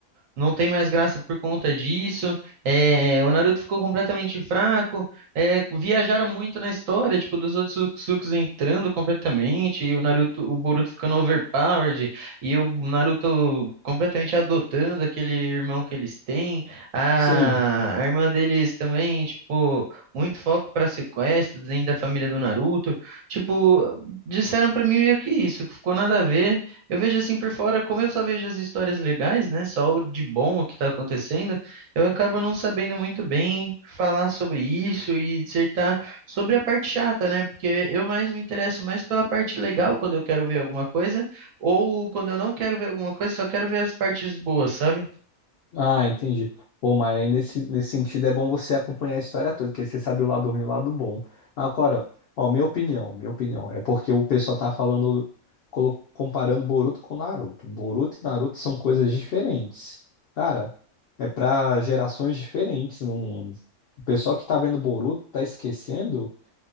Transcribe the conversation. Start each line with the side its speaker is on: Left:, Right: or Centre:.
Right: não tem mais graça por conta disso. é, o Naruto ficou completamente fraco. é, viajaram muito na história, tipo, dos outros Satsuki entrando completamente, e o Naruto, o Boruto ficando overpowered, e o Naruto completamente adotando aquele irmão que eles têm. A,
Left: sim.
Right: a irmã deles também, tipo, muito foco para sequestro dentro da família do Naruto. Tipo, disseram pra mim meio que isso, que ficou nada a ver. Eu vejo assim por fora, como eu só vejo as histórias legais, né? Só o de bom o que está acontecendo, eu acabo não sabendo muito bem falar sobre isso e dissertar sobre a parte chata, né? Porque eu mais me interesso mais pela parte legal quando eu quero ver alguma coisa, ou quando eu não quero ver alguma coisa, só quero ver as partes boas, sabe?
Left: Ah, entendi. Pô, mas aí nesse, nesse sentido é bom você acompanhar a história toda, porque você sabe o lado ruim e o lado bom. Agora, ó, minha opinião, minha opinião, é porque o pessoal tá falando, colo- comparando Boruto com Naruto. Boruto e Naruto são coisas diferentes. Cara, é pra gerações diferentes. Não... O pessoal que tá vendo Boruto tá esquecendo